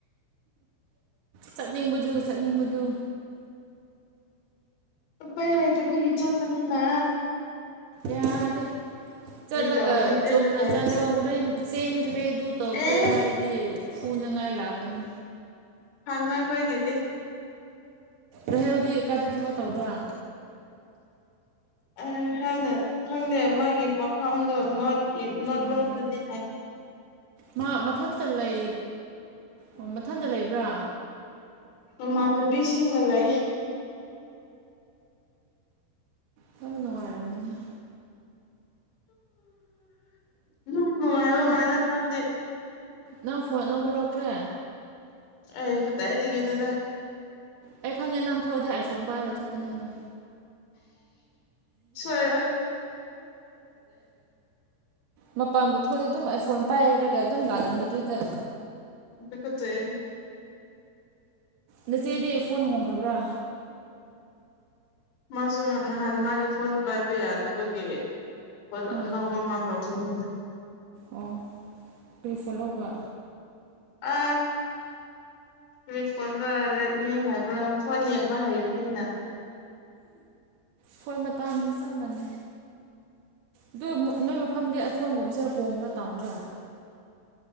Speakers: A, on the right; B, on the left.
A: ꯆꯠꯅꯤꯡꯕꯗꯨ ꯆꯠꯅꯤꯡꯕꯗꯨ꯫
B: ꯄꯥꯏ ꯂꯥꯏꯆꯦ ꯇꯒꯤꯈꯤꯆꯔ ꯄꯨꯅꯤꯅ꯫
A: ꯌꯥꯗꯦ꯫ ꯆꯠꯂꯒ
B: ꯇꯧꯔꯨꯅꯤ ꯑꯗꯨꯗ
A: ꯆꯨꯝꯅ
B: ꯂꯩꯔꯁꯨ
A: ꯆꯠꯂ ꯍꯣꯔꯦꯟ ꯆꯦꯟꯈ꯭ꯔꯦ ꯑꯗꯨ ꯇꯧꯈ꯭ꯔꯦ
B: ꯑꯦ
A: ꯍꯥꯏꯗꯤ ꯐꯨ꯫ ꯅꯉꯥꯏ ꯂꯥꯛꯀꯅꯤ꯫
B: ꯐꯉꯦ ꯈꯣꯏꯒꯤꯗꯤ꯫
A: ꯔꯍꯦꯕꯗꯤ ꯀꯥꯏꯗ ꯊꯄ ꯇꯧꯕ꯭ꯔꯥ꯫
B: ꯑ ꯍꯅ ꯈꯪꯗꯦ ꯃꯥꯒꯤ ꯃꯐꯝꯗꯣ ꯅꯠ
A: ꯑꯣ
B: ꯂ꯭ꯔꯣꯝ ꯅꯗꯤ
A: ꯃꯥ ꯃꯊꯟꯇ ꯂꯩ ꯑꯣ ꯃꯊꯟꯇ ꯂꯩꯕ꯭ꯔꯥ
B: ꯎꯃꯥꯟꯅꯕꯤꯁꯤꯡꯁꯤꯡꯒ ꯂꯩ
A: ꯀꯔ ꯅꯨꯡꯉꯥꯏꯔꯝꯃꯅꯤ
B: ꯑꯣ ꯎꯝ
A: ꯅꯪ
B: ꯑ ꯃꯥꯂ ꯃꯥꯗ
A: ꯅꯪ ꯐꯣꯟ ꯑꯅꯧꯕ ꯂꯧꯈ꯭ꯔꯦ
B: ꯑꯩ ꯀꯗꯥ ꯏꯗꯤꯒꯦꯅꯗ
A: ꯑꯩ ꯈꯪꯉꯦ ꯅꯪ ꯊꯣꯛꯑꯗꯤꯦ ꯑꯥꯏꯐꯣꯟ ꯄꯥꯏꯔ ꯊꯣꯛꯀꯅꯦꯕ
B: ꯁꯣꯏꯔ
A: ꯃꯄꯥꯝꯕꯨ ꯊꯣꯛꯑꯗꯤꯦ ꯑꯗꯨꯝ ꯑꯩꯐꯣꯟ ꯄꯥꯏꯔꯒ ꯑꯗꯨꯝ ꯂꯥꯛꯒꯟꯕꯗꯨꯗ
B: ꯄ ꯀ ꯇꯦ
A: ꯅꯆꯦꯗꯤ ꯐꯣꯟ ꯍꯣꯡꯈ꯭ꯔꯕ꯭ꯔꯥ
B: ꯃꯥꯁꯨ ꯅꯍꯥꯟ ꯃꯥꯒꯤ ꯐꯣꯟ ꯄꯥꯏꯕ ꯌꯥꯗꯕꯒꯤ ꯍꯣꯏꯅ
A: ꯑꯥ
B: ꯑꯅꯧꯕ ꯑꯃꯜ ꯂꯧꯧꯕꯅꯤ
A: ꯑꯣ ꯀꯔꯤꯐꯣ ꯂꯧꯕ
B: ꯑ ꯀꯔꯤ ꯐꯣꯟꯗ ꯔꯦꯗꯃꯤ ꯍꯥꯏꯕ꯭ꯔꯥ ꯐꯣꯟ ꯌꯦꯡꯕ ꯍꯩꯕꯅꯤꯅ
A: ꯐꯣꯏ ꯃꯇꯥꯡꯗꯤ ꯆꯝꯃꯅꯤ ꯑꯗꯨ ꯅꯣꯏ ꯃꯐꯝꯗꯤ ꯑꯩ ꯐꯣꯟꯒꯨꯝꯕꯁꯦ ꯍꯣꯡꯕ꯭ꯔꯥ ꯇꯥꯕ꯭ꯔꯥ